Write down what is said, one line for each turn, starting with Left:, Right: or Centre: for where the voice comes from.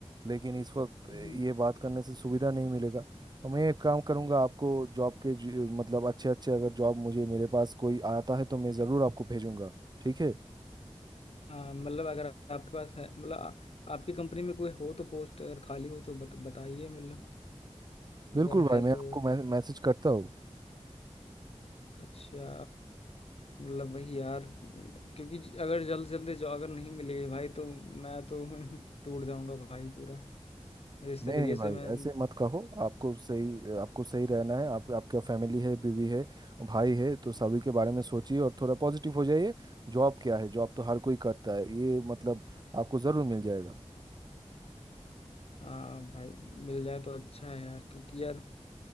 Right: लेकिन इस वक्त
Left: हम्म।
Right: ये बात करने से सुविधा नहीं मिलेगा तो मैं एक काम करूँगा आपको जॉब के ज- मतलब अच्छे अच्छे अगर जॉब मुझे मेरे पास कोई आता है तो मैं ज़रूर आपको भेजूंगा ठीक है
Left: हाँ, मतलब अगर आपके पास है मतलब आ- आपकी कंपनी में कोई हो तो पोस्ट अगर खाली हो तो बत, बताइए मतलब अगर
Right: बिल्कुल भाई
Left: है
Right: मैं
Left: तो
Right: आपको मैसेज करता हूँ
Left: अच्छा मतलब वही यार क्योंकि ज- अगर जल्द जल्दी जॉब अगर नहीं मिलेगी भाई तो मैं तो <laughs> टूट जाऊंगा भाई पूरा जिस
Right: नहीं
Left: तरीके
Right: नहीं
Left: से
Right: भाई
Left: मैं
Right: ऐसे मत कहो आपको सही आपको सही रहना है आप आपका फैमिली है बीवी है भाई है तो सभी के बारे में सोचिए और थोड़ा पॉजिटिव हो जाइए जॉब क्या है जॉब तो हर कोई करता है ये मतलब आपको ज़रूर मिल जाएगा
Left: हाँ भाई मिल जाए तो अच्छा है यार क्योंकि यार